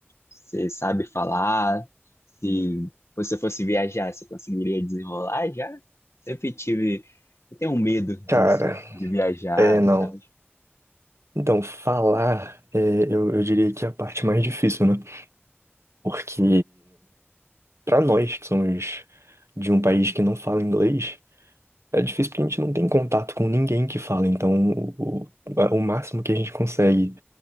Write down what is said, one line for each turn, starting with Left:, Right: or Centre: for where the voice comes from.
Left: você sabe falar, se você fosse viajar, você conseguiria desenrolar já? Sempre tive, eu tenho um medo
Right: Cara,
Left: disso, de viajar
Right: é não.
Left: e tal.
Right: Então, falar, é, eu, eu diria que é a parte mais difícil, né? Porque para nós que somos de um país que não fala inglês, é difícil porque a gente não tem contato com ninguém que fala. Então, o, o o máximo que a gente consegue,